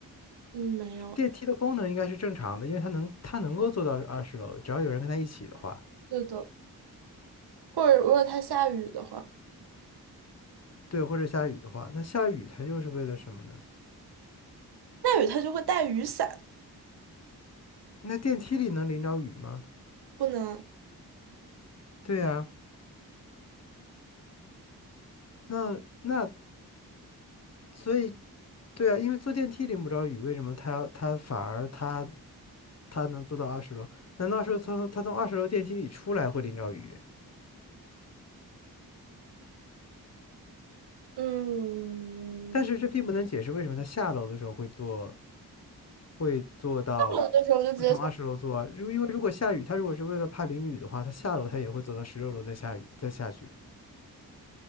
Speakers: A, on the right (about 75°); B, on the left (about 40°).
A: 嗯，没有。
B: 就电梯的功能应该是正常的，因为他能他能够坐到二十楼，只要有人跟他一起的话，
A: 对的，或者如果它下雨的话，
B: 对，或者下雨的话，那下雨他又是为了什么呢？
A: 下雨他就会带雨伞，
B: 那电梯里能淋着雨吗？
A: 不能。
B: 对呀、那那所以对啊，因为坐电梯淋不着雨，为什么他他反而他他能坐到二十楼？难道是从他从二十楼电梯里出来会淋着雨？
A: 嗯，
B: 但是这并不能解释为什么他下楼的时候会坐会坐到
A: 有的时候就直接想
B: 会从二十楼坐啊。如因为如果下雨，他如果是为了怕淋雨的话，他下楼他也会走到十六楼再下雨再下去。